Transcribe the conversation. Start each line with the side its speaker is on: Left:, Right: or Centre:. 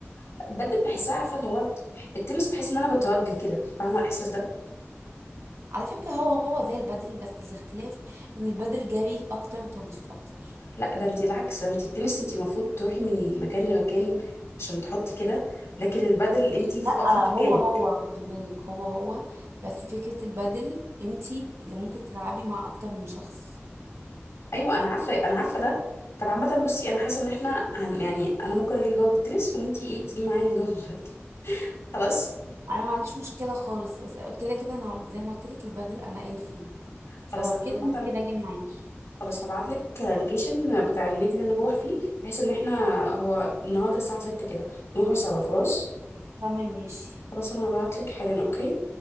Left: لا، البدل بحسها عارفه اللي هو التنس بحس ان انا بتوجه كده فاهمه الاحساس ده
Right: على فكرة هو هو زي البدل بس الاختلاف إن البدل جري أكتر وتنطيط أكتر
Left: لا ده انت العكس ده انت التنس انت المفروض تروحي من مكان لمكان عشان تحطي كده لكن البدل انت في
Right: لا
Left: واقفه في
Right: هو
Left: مكانك
Right: هو خدي بالك هو هو بس فكرة البدل انتي اللي ممكن تلعبي مع أكتر من شخص
Left: ايوه انا عارفه انا عارفه ده طب عامه بصي انا حاسه ان احنا هن يعني انا ممكن اجي جواب التنس وانت ايه تيجي معايا نجاوب البدل خلاص
Right: أنا ما عنديش مشكلة خالص بس كده كده أنا زي ما قلت لك البدل أنا إن فيه
Left: خلاص
Right: فلو
Left: انا
Right: كده ممكن
Left: عامه
Right: أجي معاكي
Left: خلاص هبعت لك اللوكيشن بتاع النادي اللي انا بروح فيه بحيث ان احنا هو النهارده الساعه 6 كده نروحوا سوا خلاص
Right: تمام ماشي
Left: خلاص انا هبعت لك حالا اوكي